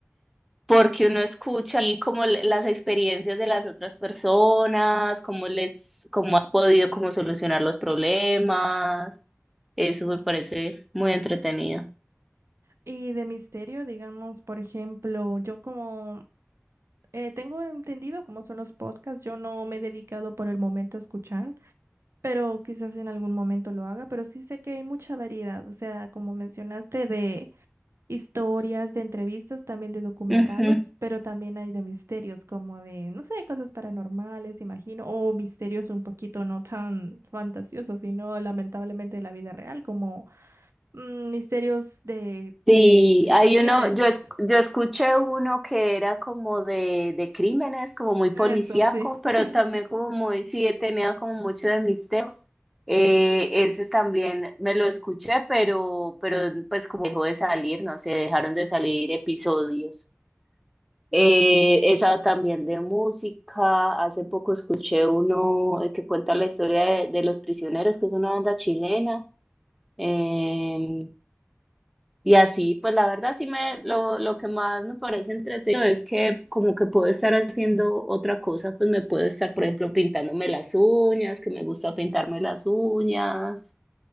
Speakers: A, in the centre; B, on the right (about 75°).
A: porque uno escucha y como l- las experiencias de las otras personas, cómo les, cómo han podido como solucionar los problemas. Eso me parece muy entretenido.
B: Y de misterio, digamos, por ejemplo, yo como Eh, tengo entendido cómo son los podcasts. Yo no me he dedicado por el momento a escuchar, pero quizás en algún momento lo haga. Pero sí sé que hay mucha variedad. O sea, como mencionaste, de historias, de entrevistas, también de documentales,
A: Ujú.
B: pero también hay de misterios, como de, no sé, cosas paranormales, imagino, o misterios un poquito no tan fantasiosos, sino lamentablemente de la vida real, como mm, misterios de
A: Sí,
B: situaciones.
A: hay uno, yo, es- yo escuché uno que era como de, de crímenes, como muy policíaco,
B: Eso, sí. <laughs>
A: pero también como muy, sí, tenía como mucho de misterio. Eh, ese también me lo escuché, pero, pero pues como dejó de salir, no sé, dejaron de salir episodios. Eh, esa también de música, hace poco escuché uno eh, que cuenta la historia de, de Los Prisioneros, que es una banda chilena. Em, y así, pues la verdad sí me, lo, lo que más me parece entretenido es que como que puedo estar haciendo otra cosa, pues me puedo estar, por ejemplo, pintándome las uñas, que me gusta pintarme las uñas,